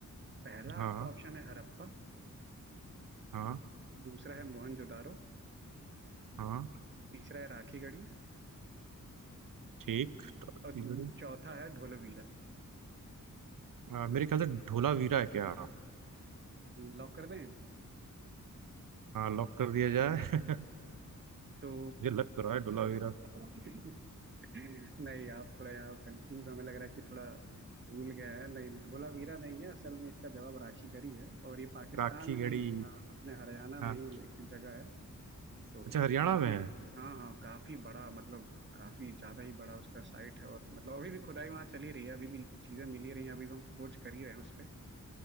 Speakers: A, on the right (about 35°); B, on the right (about 90°).
A: पहला
B: हाँ
A: आपका ऑप्शन है हड़प्पा
B: हाँ
A: दूसरा है मोहनजोदारो
B: हाँ
A: तीसरा है राखीगढ़ी
B: ठीक ठीक
A: और दू-
B: है
A: चौथा है धोलावीरा
B: अ, मेरे ख्याल से ढोलावीरा है क्या
A: लॉक कर दें
B: लॉक कर दिया जाए <laughs>
A: तो
B: मुझे लग तो रहा है ढोलावीरा
A: <laughs> नहीं आप थोड़ा यहाँ कंफ्यूज हमें लग रहा है कि थोड़ा भूल गए हैं नहीं धोलावीरा नहीं है असल में इसका जवाब राखी गरी है और ये पाकिस्तान
B: राखी
A: में
B: गढ़ी
A: नहीं अ, अपने हरियाणा में
B: हाँ
A: ही एक जगह है तो
B: अच्छा हरियाणा
A: काफी
B: में है
A: हाँ हाँ काफी बड़ा मतलब काफी ज्यादा ही बड़ा उसका साइट है और मतलब अभी भी खुदाई वहाँ चली रही है अभी भी चीजें मिल ही रही हैं अभी भी हम खोज कर ही रहे हैं उस पे